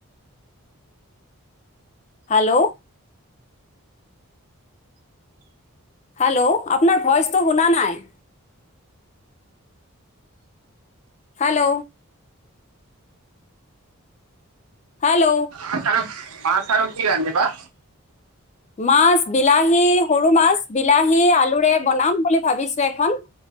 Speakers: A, on the left (about 30°); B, on the right (about 80°).
A: হেল্ল'। হেল্ল' আপোনাৰ ভইচটো শুনা নাই। হেল্ল'। হেল্ল'।
B: মাছ আৰু, মাছ আৰু কি ৰান্ধিবা?
A: মাছ, বিলাহী সৰু মাছ, বিলাহী, আলুৰে বনাম বুলি ভাবিছো এখন।